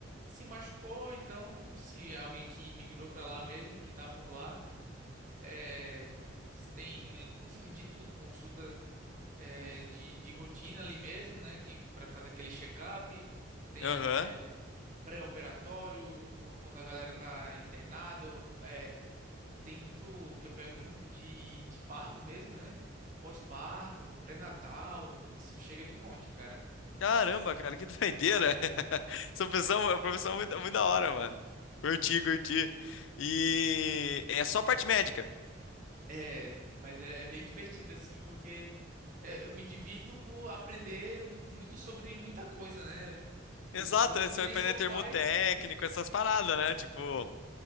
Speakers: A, on the right; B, on the left.
A: se machucou, então se alguém que migrou pra lá mesmo, que tá por lá, É, tem, enfim, de tudo, consulta é, de, de rotina ali mesmo, né? Que para fazer aquele check-up, tem
B: Aham.
A: é, pré-operatório, quando a galera tá internada, é, eu- tem muito que eu pego muito de, de parto mesmo, né? Pós-parto, pré-natal, isso chega de monte, cara.
B: Caramba, cara, que doideira. <laughs> Essa pessoa, é uma profissão muito, muito da hora, mano. Curti, curti. E é só parte médica.
A: É, mas é, é bem divertido assim, porque é, eu me divirto por aprender mu- muito sobre muita coisa, né? Por
B: Exato,
A: exemplo, eu
B: é só
A: nem
B: aprender
A: sou
B: termotécnico,
A: pai,
B: essas paradas, né? Tipo,